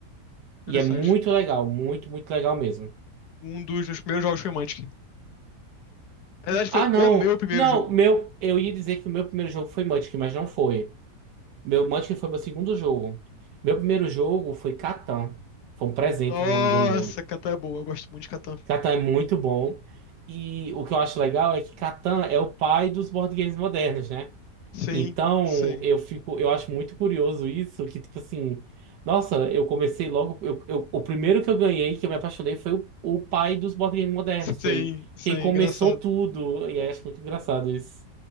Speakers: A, on the right; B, on the left.
A: E
B: Interessante.
A: é muito legal, muito, muito legal mesmo.
B: Um dos meus primeiros jogos foi Munchkin. Na verdade,
A: Ah,
B: foi
A: não.
B: o meu primeiro
A: Não,
B: jogo.
A: meu, eu ia dizer que o meu primeiro jogo foi Munchkin, mas não foi. Meu Munchkin foi meu segundo jogo. Meu primeiro jogo foi Catan. Foi um presente
B: Nossa,
A: de uma amiga minha.
B: Catan é boa. Eu gosto muito de Catan.
A: Catan é muito bom. E o que eu acho legal é que Catan é o pai dos board games modernos, né?
B: Sim,
A: Então,
B: sim.
A: eu fico, eu acho muito curioso isso, que tipo assim, nossa, eu comecei logo, eu, eu- o primeiro que eu ganhei, que eu me apaixonei, foi o, o pai dos board games modernos, foi
B: Sim, sim,
A: quem começou
B: engraçado.
A: tudo, e aí acho muito engraçado isso.